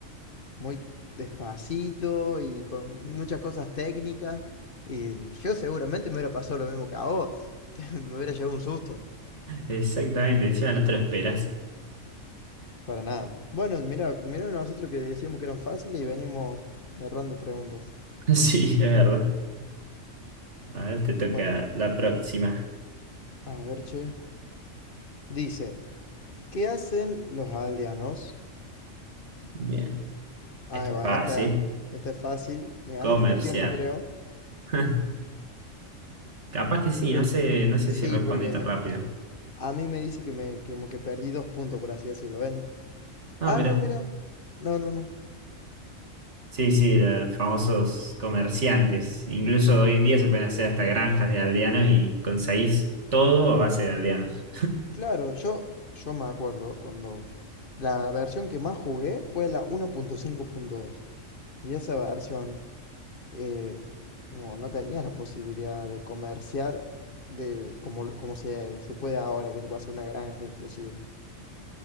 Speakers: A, on the left (about 45°); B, on the right (about 60°).
A: muy despacito y con muchas cosas técnicas, y yo seguramente me hubiera pasado lo mismo que a vos, <laughs> me hubiera llevado un susto.
B: Exactamente, encima no te lo esperas.
A: Para nada. Bueno, mira, mira nosotros que decíamos que eran fáciles y venimos errando preguntas.
B: <laughs> Sí, es verdad. A ver, te toca
A: Bueno, el-
B: la próxima.
A: a ver, che. Dice, ¿qué hacen los aldeanos?
B: Bien,
A: Ah,
B: esto
A: va,
B: es fácil.
A: esta, esta es fácil. Me ganaste
B: Comercial.
A: por tiempo, creo.
B: <laughs> Capaz que sí,
A: Creo,
B: no sé, no sé
A: sí,
B: si respondí
A: porque
B: tan
A: me,
B: rápido.
A: a mí me dice que me, que como que perdí dos puntos, por así decirlo. ¿Ven?
B: Ah,
A: Ah,
B: mira.
A: no, mira. No, no, no.
B: Sí, sí, los famosos comerciantes. Incluso hoy en día se pueden hacer hasta granjas de aldeanos y conseguís todo a base de aldeanos.
A: Claro, yo, yo me acuerdo cuando la versión que más jugué fue la 1.5.2. Y esa versión. eh, no, no tenías la posibilidad de comerciar de como, como se, se puede ahora, que se puede hacer una granja inclusive.